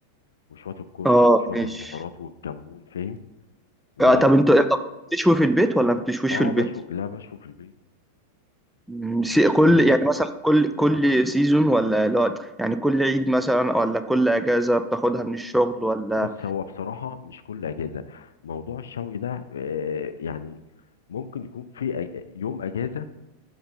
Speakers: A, on the left (about 65°); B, in the centre.
A: وشوية الكركم
B: اه
A: وشوية
B: ماشي
A: البهارات والكمون فاهم و
B: آه طب انت انت بتشوي في البيت ولا ما بتشويش
A: اه
B: في البيت؟
A: بشوي لا بشوي في البيت
B: مم، سي-
A: واخد
B: كل
A: بالك
B: يعني مثلا كل كل سيزون ولا لا يعني كل عيد مثلا ولا كل اجازه بتاخدها من الشغل ولا
A: بص هو بصراحة مش كل أجازة موضوع الشوي ده آه، يعني ممكن يكون في أج- يوم أجازة